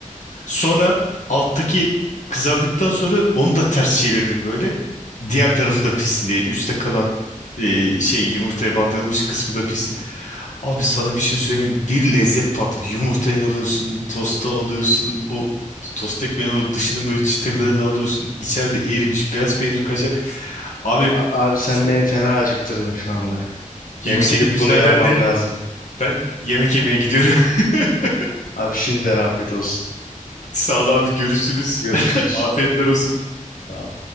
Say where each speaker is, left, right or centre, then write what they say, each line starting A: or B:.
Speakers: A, on the left; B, on the left.
A: Sonra alttaki kızardıktan sonra onu da ters çevirdim böyle. Diğer tarafı da pişsin diye. Üste kalan e, şey yumurtaya bandırılmış kısmı da pişsin. Abi sana bir şey söyleyeyim. Bir lezzet patlıyor. Yumurtayı alıyorsun, tosta alıyorsun. O tost ekmeğin o dışının böyle çıtırlarını alıyorsun. İçeride erimiş beyaz peynir kaşar. Abi
B: A- abi sen
A: <laughs>
B: beni fena acıktırdın şu anda.
A: yüksek
B: Benim gidip
A: müsaadenle
B: bunu yapmam lazım.
A: ben yemek yemeye gidiyorum. <laughs>
B: Abi şimdiden afiyet olsun.
A: Sağ ol abi görüşürüz.
B: Görüşürüz.
A: <laughs> Afiyetler olsun.
B: Sağ ol.